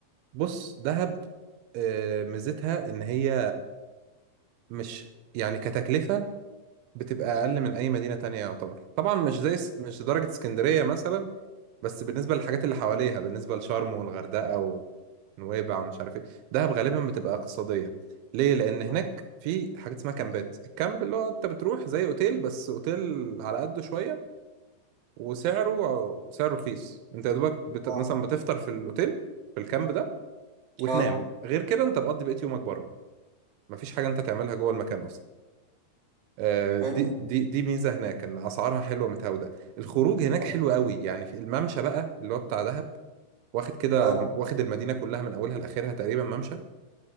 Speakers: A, on the right; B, on the right.
A: بص دهب آه، ميزتها ان هي مش يعني كتكلفة بتبقى اقل من اي مدينه تانية يعتبر طبعا مش زي اس- مش درجه اسكندريه مثلا بس بالنسبه للحاجات اللي حواليها بالنسبه لشرم والغردقه ونويبع ومش عارف ايه دهب غالبا بتبقى اقتصاديه ليه لان
B: طب
A: هناك في حاجات اسمها كامبات الكامب اللي هو انت بتروح زي اوتيل بس اوتيل على قده شويه وسعره سعره رخيص انت يا دوبك بت...
B: آه،
A: مثلا بتفطر في الاوتيل في الكامب ده وتنام
B: آه،
A: غير كده انت بتقضي بقية يومك بره مفيش حاجه انت تعملها جوه المكان اصلا آه،
B: حلو
A: دي دي دي ميزه هناك ان اسعارها حلوه متهاوده الخروج هناك
B: طب
A: حلو قوي يعني في الممشى بقى اللي هو بتاع دهب واخد كده
B: آه،
A: واخد المدينه كلها من اولها لاخرها تقريبا ممشى